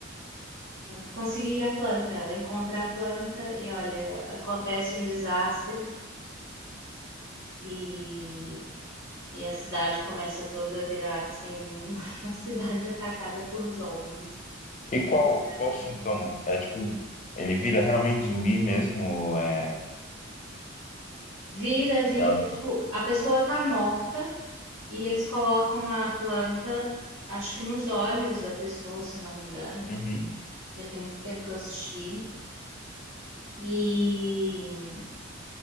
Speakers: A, on the right; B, on the left.
A: conseguir a planta. Ela encontra a planta e olha, acontece um desastre e, e a cidade começa toda a virar assim <laughs> uma cidade atacada por zombies.
B: E qual, qual
A: Muito
B: o sintoma?
A: legal.
B: É tipo, ele vira realmente zumbi mesmo? Ou é.
A: Vira, vira,
B: bravo?
A: tipo, a pessoa tá morta e eles colocam a planta, acho que nos olhos da pessoa, se eu não me engano
B: Uhum.
A: já tem muito tempo que eu assisti. E,